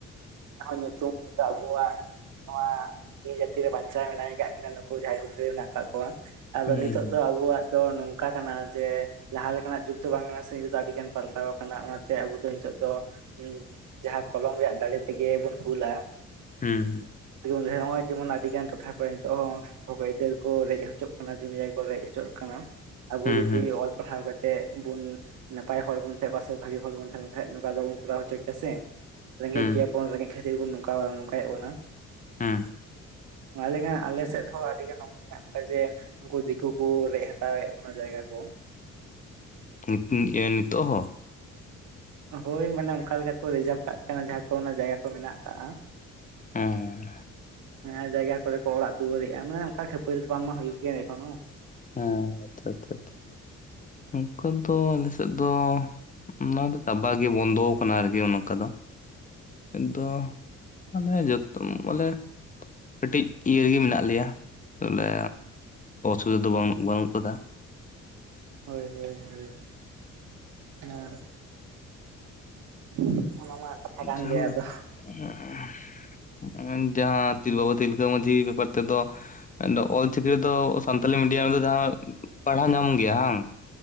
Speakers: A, on the right; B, on the left.
A: ᱧᱩᱛᱩᱢ ᱦᱚᱭᱛᱚ ᱟᱵᱩᱣᱟᱜ ᱱᱚᱣᱟ ᱛᱤ ᱡᱟᱹᱛᱤ ᱨᱮ ᱵᱟᱧᱪᱟᱣ ᱢᱮᱱᱟᱭ ᱟᱠᱟᱫ ᱠᱤᱱᱟ ᱱᱩᱠᱩ ᱡᱟᱦᱟᱸᱭ ᱦᱩᱫᱽᱨᱟᱹᱭ ᱢᱮᱱᱟᱜ ᱟᱠᱟᱫ ᱠᱚᱣᱟ᱾ ᱟᱫᱚ
B: ᱦᱩᱸ
A: ᱱᱤᱛᱚᱜ ᱫᱚ ᱟᱵᱚᱣᱟᱜ ᱫᱚ ᱱᱚᱝᱠᱟ ᱠᱟᱱᱟ ᱡᱮ ᱡᱟᱦᱟᱸ ᱞᱮᱠᱟᱱᱟᱜ ᱡᱩᱜ ᱫᱚ ᱵᱟᱝ ᱠᱟᱱᱟ ᱱᱤᱛᱚᱜ ᱫᱚ ᱟᱹᱰᱤ ᱜᱟᱱ ᱯᱟᱞᱴᱟᱣ ᱟᱠᱟᱱᱟ ᱚᱱᱟᱛᱮ ᱟᱵᱚ ᱫᱚ ᱱᱤᱛᱚᱜ ᱫᱚ <inaudible> ᱡᱟᱦᱟ ᱠᱚᱞᱚ <inaudible> ᱨᱮᱭᱟᱜ ᱫᱟᱲᱮ ᱛᱮᱜᱮ ᱵᱚᱱ ᱦᱩᱞᱟ
B: ᱦᱩᱸ
A: ᱟ ᱱᱚᱜᱼᱚᱭ ᱡᱮᱢᱚᱱ ᱟᱹᱰᱤᱜᱟᱱ ᱴᱚᱴᱷᱟ ᱠᱚᱨᱮ ᱱᱤᱛᱚᱜ ᱦᱚᱸ ᱦᱚᱠᱼᱟᱹᱭᱫᱟᱹᱨ ᱠᱚ ᱨᱮᱡ ᱦᱚᱪᱚᱜ ᱠᱟᱱᱟ ᱡᱚᱢᱼ ᱡᱟᱭ ᱠᱚ ᱨᱮᱡ ᱦᱚᱪᱚᱜ ᱠᱟᱱᱟ ᱟᱵᱚ
B: ᱦᱩᱸ
A: ᱡᱩᱫᱤ
B: ᱦᱩᱸ
A: ᱚᱞ ᱠᱟᱛᱮ ᱵᱚᱱ ᱱᱟᱯᱟᱭ ᱦᱚᱲ ᱵᱚᱱ ᱛᱟᱦᱮ ᱠᱚᱜᱣᱟ ᱥᱮ ᱵᱷᱟᱜᱤ ᱦᱚᱲ ᱵᱚᱱ ᱛᱟᱦᱮᱸ ᱞᱮᱱ ᱠᱷᱟᱱ ᱱᱚᱝᱠᱟ ᱫᱚᱵᱚᱱ ᱠᱚᱨᱟᱣ ᱦᱚᱪᱚ ᱠᱮᱭᱟ ᱥᱮ ᱨᱮᱸᱜᱮᱡ
B: ᱦᱩᱸ
A: ᱜᱮᱭᱟᱵᱚᱱ ᱨᱮᱸᱜᱮᱡ ᱠᱷᱟᱹᱛᱤᱨ ᱵᱚᱱ ᱱᱚᱝᱠᱟ ᱱᱚᱝᱠᱟᱭᱮᱫ ᱵᱚᱱᱟ
B: ᱦᱩᱸ
A: ᱟᱞᱮ ᱜᱟᱱ ᱟᱞᱮ ᱥᱮᱫ ᱦᱚᱸ ᱟᱹᱰᱤᱜᱟᱱ ᱱᱚᱝᱠᱟ ᱢᱮᱱᱟᱜᱼᱟ ᱠᱟ ᱡᱮ ᱩᱱᱠᱩ ᱫᱤᱠᱩ ᱠᱩ ᱨᱮᱡ ᱦᱟᱛᱟᱣᱮᱫ ᱵᱚᱱᱟ ᱡᱟᱭᱜᱟ ᱠᱚ
B: ᱦᱩᱸ <inaudible> ᱱᱤᱛᱚᱜ ᱦᱚᱸ
A: ᱦᱳᱭ ᱢᱟᱱᱮ ᱚᱱᱠᱟ ᱞᱮᱠᱟ ᱠᱚ ᱨᱤᱡᱟᱨᱵᱷ ᱠᱟᱜ ᱠᱟᱱᱟ ᱡᱟᱦᱟᱸ ᱠᱚ ᱚᱱᱟ ᱡᱟᱭᱜᱟ ᱠᱚ ᱢᱮᱱᱟᱜ ᱠᱟᱜᱟ
B: ᱦᱮᱸ
A: ᱡᱟᱦᱟ ᱡᱟᱭᱜᱟ ᱠᱚᱨᱮ ᱠᱚ ᱚᱲᱟᱜ ᱫᱩᱣᱟᱹᱨᱮᱜᱼᱟ ᱢᱟᱱᱮ ᱚᱱᱠᱟ ᱠᱷᱟᱹᱯᱟᱹᱨᱤ ᱫᱚ ᱵᱟᱝ ᱢᱟ ᱦᱩᱭᱩᱜ ᱜᱮᱭᱟ ᱮᱠᱷᱚᱱ ᱦᱚᱸ
B: ᱦᱮᱸ ᱟᱪᱪᱷᱟ ᱟᱪᱪᱷᱟ ᱟᱪᱪᱷᱟ ᱱᱚᱠᱟ ᱫᱚ ᱟᱞᱮ ᱥᱮᱫ ᱫᱚ ᱚᱱᱟ ᱫᱚ ᱪᱟᱵᱟ ᱜᱮ ᱵᱚᱱᱫᱚᱣ ᱠᱟᱱᱟ ᱟᱨᱠᱤ ᱚᱱᱠᱟ ᱫᱚ ᱫᱚ <inaudible> ᱡᱚᱛ ᱵᱚᱞᱮ ᱠᱟᱹᱴᱤᱡ ᱤᱭᱟᱹ ᱜᱮ ᱢᱮᱱᱟᱜ ᱞᱮᱭᱟ ᱵᱚᱞᱮ <inaudible> ᱫᱚ ᱵᱟᱹᱱᱩᱜ ᱵᱟᱹᱱᱩᱜ ᱠᱟᱫᱟ
A: ᱦᱳᱭ ᱦᱳᱭ ᱦᱳᱭ <inaudible> <unintelligible> ᱠᱟᱛᱷᱟ ᱠᱟᱱ
B: ᱡᱟᱦᱟᱸ
A: ᱜᱮᱭᱟ ᱟᱫᱚ
B: <inaudible> ᱡᱟᱦᱟᱸ ᱛᱤᱞ ᱵᱟᱵᱟ ᱛᱤᱞ <inaudible> ᱢᱟᱹᱡᱷᱤ ᱵᱮᱯᱟᱨ ᱛᱮᱫᱚ ᱚᱞ ᱪᱤᱠᱤ ᱨᱮᱫᱚ ᱥᱟᱱᱛᱟᱞᱤ ᱢᱤᱰᱤᱭᱟᱢ ᱨᱮᱫᱚ ᱡᱟᱦᱟᱸ ᱯᱟᱲᱦᱟᱣ ᱧᱟᱢ ᱜᱮᱭᱟ ᱦᱟᱝ